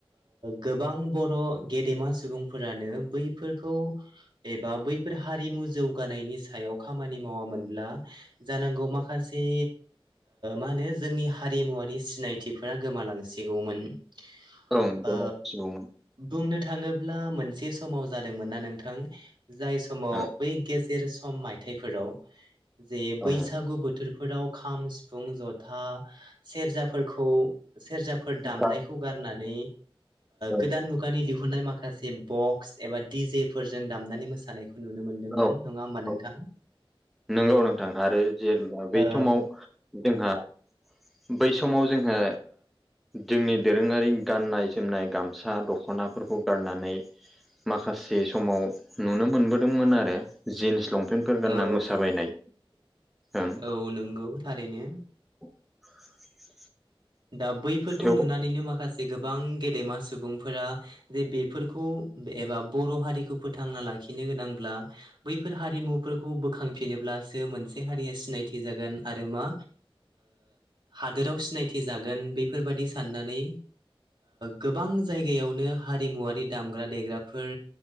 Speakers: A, on the right (about 55°); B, in the centre.
A: गोबां बर' गेदेमा सुबुंफोरानो बैफोरखौ एबा बैफोर हारिमु जौगानायनि सायाव खामानि मावामोनब्ला जानांगौ माखासे मा होनो जोंनि हारिमुवारि सिनायथिफोरा गोमालांसिगौमोन आ
B: ओं गोमावथिगौमोन
A: बुंनो नो थाङोब्ला मोनसे समाव जादोंमोन ना नोंथां जाय समाव
B: ओं
A: बै सेर सम मायथाइफोराव जे बैसागु
B: ओं ओं
A: बोथोर बेफोराव खाम सिफुं जथा सेरजाफोरखौ सेरजाफोर दामनायखौ
B: गा-
A: गारनानै
B: ओं,
A: गोदान मुगानि दिहुुननाय माखासे माखासे बक्स एबा दिडि जेफोरजों दामनानै मोसानायखौ नुनो मोनदोंमोन
B: औ
A: नङा होमबा नोंथां
B: औ नंगौ नोंथां आरो जेनेबा
A: औ
B: बै समाव जोंहा बै समाव जोहा जोंनि दोरोङारि गाननाय जोमनाय गामसा दख'नाफोरखौ गारनानै माखासे समाव नुनो मोनबोदोंमोन आरो जिन्स लंप पपन्फोर
A: औ
B: गानना मोसाबायनाय ओं
A: औ नंगौ थारैनो
B: <unintelligible>
A: दा बैफोरखौ
B: थेव
A: नुनानैनो माखासे जे गोबां गेदेमा सुबुंफोरा जे बेफोरखौ एबा बर' हारिखौ फोथांना लागि लाखिनो गोनांब्ला बैफोर हारिमुफोरखौ बोखांफिनोब्लासो मोनसे हारिया सिनायथि जागोन आरो मा हादोराव सिनाय जागोन बेफोरबादि साननानै गोबां जायगायावनो हारिमुवारि दामग्रा देग्राफोर